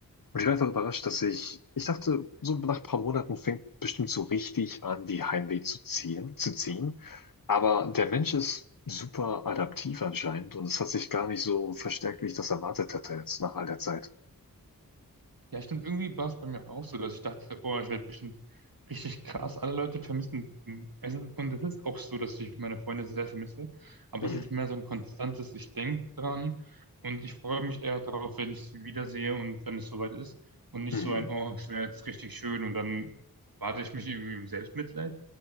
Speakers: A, on the left; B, on the right.
A: Und ich war einfach überrascht, dass ich, ich dachte, so nach ein paar Monaten fängt bestimmt so richtig an, die Heimweh zu ziehen, zu ziehen. Aber der Mensch ist super adaptiv anscheinend und es hat sich gar nicht so verstärkt, wie ich das erwartet hatte jetzt nach all der Zeit.
B: Ja, stimmt, irgendwie war es bei mir auch so, dass ich dachte, oh, ich werde bestimmt richtig krass. Alle Leute vermissen mm, Essen. Und es ist auch so, dass ich meine Freunde sehr vermisse. Aber
A: Mhm.
B: es ist mehr so ein konstantes, ich denke dran und ich freue mich eher darauf, wenn ich sie wiedersehe und wenn es soweit ist. Und nicht
A: Mhm.
B: so ein, oh, es wäre jetzt richtig schön und dann bade ich mich irgendwie im Selbstmitleid.